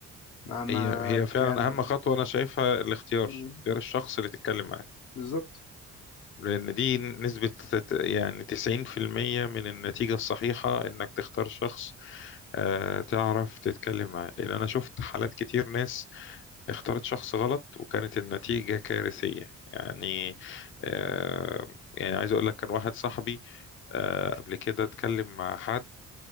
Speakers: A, on the left; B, on the left.
A: مهما
B: هي هي فعلا
A: كان
B: أهم خطوة أنا شايفها الاختيار
A: مم.
B: اختيار الشخص اللي تتكلم معاه
A: بالظبط
B: لأن دي نسبة تت- يعني 90% من النتيجة الصحيحة إنك تختار شخص آه، تعرف تتكلم معاه لأن أنا شفت حالات كتير ناس اختارت شخص غلط وكانت النتيجة كارثية يعني آه، يعني عايز أقول لك كان واحد صاحبي آه، قبل كده اتكلم مع حد